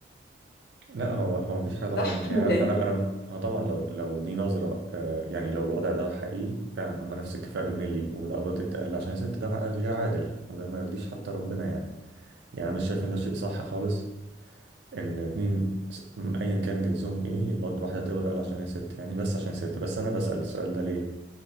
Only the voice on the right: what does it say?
لا هو هو مفيش حاجه طبعا
يعني
انا
انا هو طبعا لو لو دي نظره آه، يعني لو الوضع ده حقيقي فعلا هم نفس الكفاءه بالملي وده قبض التقل عشان الست ده عق- غير عادل وده ما يرضيش حتى ربنا يعني يعني انا مش شايف ان ده شيء صح خالص ان اتنين س- ايا كان جنسهم ايه يبقى واحده تقبض اقل عشان هي ست يعني بس عشان ست بس انا بسال السؤال ده ليه؟